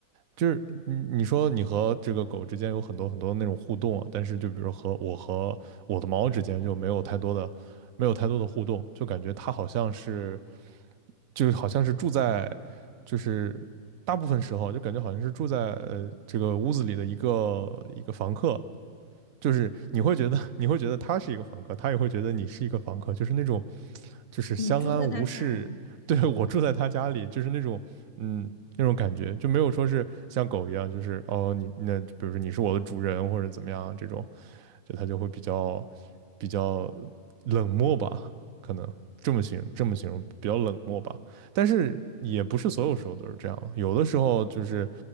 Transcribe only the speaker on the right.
就是你你说你和这个狗之间有很多很多那种互动啊，但是就比如和我和我的猫之间就没有太多的，没有太多的互动，就感觉它好像是，就是好像是住在，就是大部分时候就感觉好像是住在呃这个屋子里的一个一个房客，就是你会觉得你会觉得他是一个房客，他也会觉得你是一个房客，就是那种就是相安无事。
<laughs> 对，我住在他家里，就是那种嗯那种感觉，就没有说是像狗一样，就是哦你那比如说你是我的主人或者怎么样这种，就他就会比较比较冷漠吧，可能这么形容这么形容比较冷漠吧。但是也不是所有时候都是这样了有的时候就是